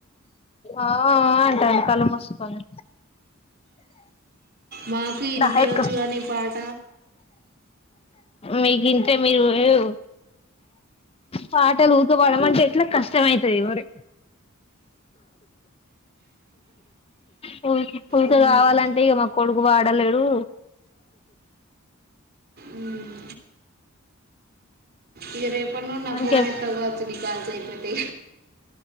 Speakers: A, on the left (about 30°); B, on the right (about 50°).
A: ఆ ఆ అంటాది కళ్ళు మూసుకొని
B: మాకు ఇన్పియోచ్చుగా
A: దా ఎత్తుకో
B: నీ పాట
A: మీకు ఇంటే మీరో ఓయో పాటలు ఊకే బాడమంటే ఎట్లా కష్టం అయితది వరి పూత్ పూత
B: ఉమ్,
A: గావాలంటే ఇగా మా కొడుకు వాడలేడు.
B: ఉమ్. ఇగా రేపనుడ్ నాఫోన్
A: మనకే
B: ఎత్తగ్ బోవచ్చు నీ కాల్ చేయపోతే